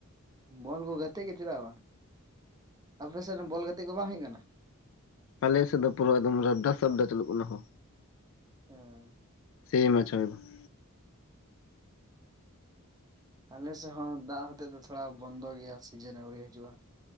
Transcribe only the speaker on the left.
ᱟᱞᱮ ᱥᱮᱫ ᱫᱚ ᱯᱩᱨᱟᱹ ᱮᱠᱫᱚᱢ ᱨᱟᱵᱫᱟ ᱥᱟᱵᱰᱟ ᱪᱟᱹᱞᱩᱜ ᱠᱟᱱᱟ ᱦᱳ᱾
ᱥᱮᱭ ᱢᱟᱪᱚ <unintelligible>